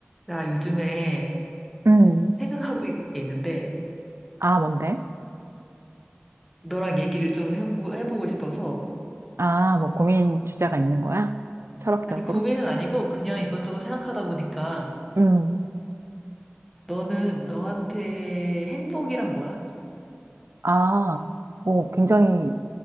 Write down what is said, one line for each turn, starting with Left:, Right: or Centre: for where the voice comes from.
Centre: 나 요즘에
Right: 음.
Centre: 생각하고 있는 게 있는데,
Right: 아, 뭔데?
Centre: 너랑 얘기를 좀 해보고, 해보고 싶어서.
Right: 아, 뭐 고민 주제가 있는 거야? 철학적으로?
Centre: 아니, 고민은 아니고, 그냥 이것저것 생각하다 보니까,
Right: 음.
Centre: 너는, 너한테 행복이란 뭐야?
Right: 아, 뭐 굉장히